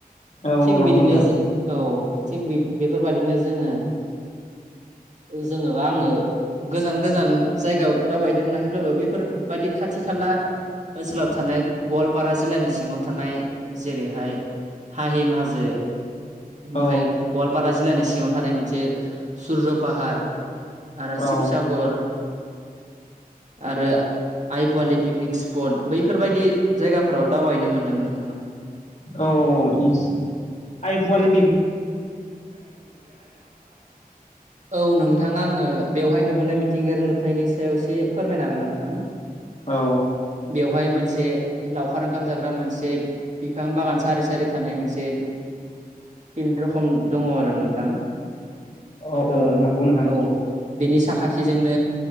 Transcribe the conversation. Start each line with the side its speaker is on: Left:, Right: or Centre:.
Left: औ
Right: थिग
Left: नंगौ
Right: बिदिनो
Left: नोंथां
Right: औ थिग बे बेफोरबादिनो जोङो जोङोबा आङो गोजान गोजान जायगायाव दावबायनो मोनाखैब्लाबो बैफोर बादि खाथि खाला ओनसोलाव थानाय गवालपारा जिल्लानि सिङाव थानाय जेरैहाय हाहिम हाजो ओमफ्राय
Left: औ
Right: गवालपारा जिल्लानि सिङावनो थानाय मोनसे सुरज पाहार आरो शिबसागर
Left: औ
Right: आरो आइ पवालि पिकनिक स्पट बैफोरबायदि जायगाफोराव दावबायनो मोनदों नों
Left: औ औ औ इस आइ फवलि
Right: आइ पवालि पिकनिक स्टकनि बागै इसे फोरमायनो हागोन नामा नोंथाङा
Left: <inaudible>
Right: औ नोंथाङा आङो बेवहाय नुबोनाय मिथिंगायारि नुथाइनि सायाव एसे फोरमायनो हागोन नोंथां
Left: औ
Right: बेवहाय मोनसे लावखार ओंखाम जाग्रा मोनसे बिफां बागान सारि सारि थानाय मोनसे
Left: <inaudible>
Right: फिल्ड रखम दङ आरो नोंथां
Left: औ औ औ
Right: ओ
Left: नंगौ नोंथां
Right: औ बेनि साखाथिजोंनो